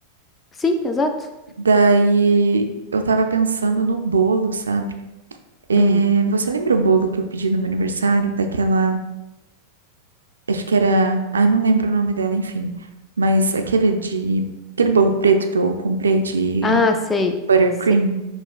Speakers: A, on the left (about 20°); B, on the right (about 75°).
A: Sim, exato.
B: Daí eu tava pensando no bolo, sabe? É,
A: Hum.
B: você lembra o bolo que eu pedi no meu aniversário? Daquela. Acho que era. Ai, não lembro o nome dela, enfim. Mas aquele de. Aquele bolo preto que eu comprei de
A: Ah, sei.
B: buttercream.
A: Sei.